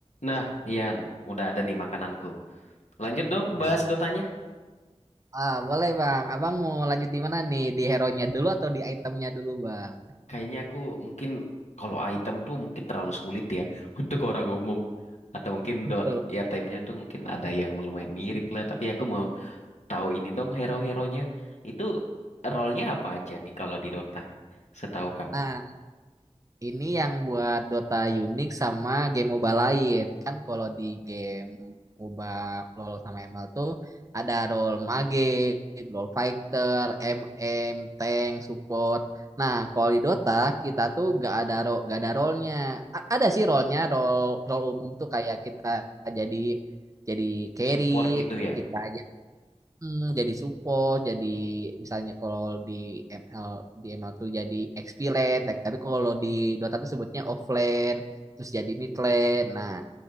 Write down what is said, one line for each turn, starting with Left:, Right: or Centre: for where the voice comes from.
Left: Nah, Ian, udah ada nih makananku. Lanjut dong
Right: Wah.
Left: bahas dotanya.
Right: Ah, boleh Bang. Abang mau lanjut di mana nih? Di hero-nya dulu atau di itemnya dulu Bang?
Left: Kayaknya aku mungkin kalau item tuh mungkin terlalu sulit ya <laughs> untuk orang umum. Atau mungkin do
Right: Dulu.
Left: ya timenya tuh mungkin ada yang lumayan mirip lah. Tapi aku mau tahu ini dong hero-heronya. Itu role-nya apa aja nih kalau di Dota? Setahu kamu.
Right: Nah, ini yang buat Dota unik sama game MOBA lain. Kan kalau di game MOBA LoL sama ML tuh ada role mage, role fighter, MM, tank, support. Nah, kalau di Dota kita tuh gak ada ro gak ada role-nya. A- ada sih role-nya, role role umum tuh kayak kita jadi jadi carry,
Left: Support gitu ya.
Right: kita hmm jadi support, jadi misalnya kalau di ML di ML tuh jadi XP lane, tapi tapi kalau di Dota tuh sebutnya offlane, terus jadi mid lane. Nah,